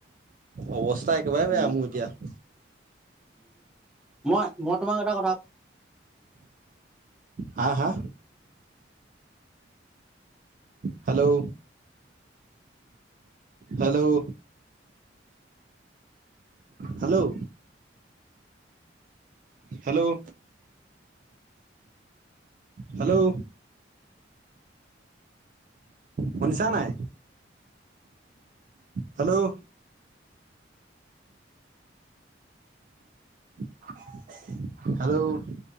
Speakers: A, on the right; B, in the centre.
A: অৱস্থা একেবাৰে
B: উম,
A: বেয়া মোৰ এতিয়া
B: মই মই তোমাক এটা কথা
A: হা হা hello hello hello hello hello শনিছা নাই হেল্ল' আৰুল